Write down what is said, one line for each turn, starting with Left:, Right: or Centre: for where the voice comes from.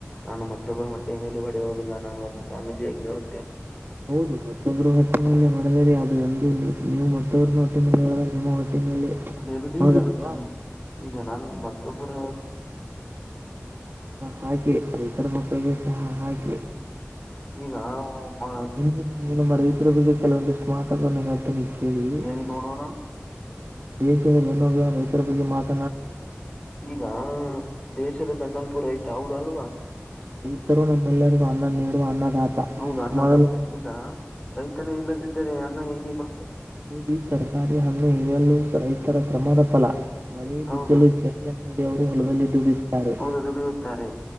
Left: ನಾನು ಮತ್ತೊಬ್ಬರು ಹೊಟ್ಟೆಯ ಮೇಲೆ ಹೊಡೆಯುವುದಿಲ್ಲ ನಾನು ಒಬ್ಬ ಸ್ವಾಮೀಜಿಯಾಗಿ ಹೇಳುತ್ತೇನೆ
Right: ಹೌದು ಮತ್ತೊಬ್ಬರ ಹೊಟ್ಟೆ ಮಲ್ಲಿ ಹೊಡೆದರೆ ಅದು ಎಂದು ನೀವು ಮತ್ತೊಬನ ಹೊಟ್ಟೆ ಮಲ್ಲಿ ಹೊಡೆದ ನಿಮ್ಮ ಹೊಟ್ಟೆ ಮೇಲೆ
Left: ಅದೇಲ್ಲ ದೇವ್ರು
Right: ಹೌದಲ್ವಾ
Left: ಇರುತ್ತಾನ ಈಗ ನಾನ್ ಮತ್ತೊಬ್ಬರ
Right: ಹಾಕಿ ರೈತರ ಮಕ್ಕಳಿಗೂ ಸಹ ಹಾಕಿ.
Left: ಈಗ ಮ
Right: ಇ ಇ ನಮ್ಮ ರೈತರ ಬಗ್ಗೆ ಕೆಲವೊಂದಿಷ್ಟು ಮಾತಗಳನ್ನು ಹೇಳ್ತೇನೆ. ಕೇಳಿ ನಾನು
Left: ಹೇಳಿ ನೋಡೋಣ.
Right: ನಮ್ಮ ದೇಶದ ಬೆನ್ನೆಲಬು ರೈತರ ಬಗ್ಗೆ ಮಾತ್
Left: ಈಗ ದೇಶದ ಬೆನ್ನೆಲುಬು ರೈತ ಹೌದ ಅಲ್ವಾ?
Right: ರೈತರು ನಮ್ಮಲ್ಲರಿಗೂ ಅನ್ನ ನೀಡುವ ಅನ್ನದಾತ.
Left: ಹೌದು ಅನ್ನದಾತ
Right: ಮೊದಲನೆಯದಾಗಿ
Left: ಈಗ ರೈತನೇ ಇಲ್ಲದಿದ್ದರೆ ಅನ್ನ ಹೇಗೆ ಬರ್ತದೆ.
Right: ಇಡೀ ತರಕಾರಿ ಹಣ್ಣು ಇವೆಲ್ಲೂ ರೈತರ ಶ್ರಮದ ಫಲ ಮಳೆ ಬಿದ್ದಲು
Left: ಹೌದು
Right: ಚಳಿಯನ್ನದೇ ಅವರು ಹೊಲದಲ್ಲಿ ದುಡಿದು ತ್ತಾರೆ.
Left: ಹೌದು ದುಡಿಯುತ್ತಾರೆ.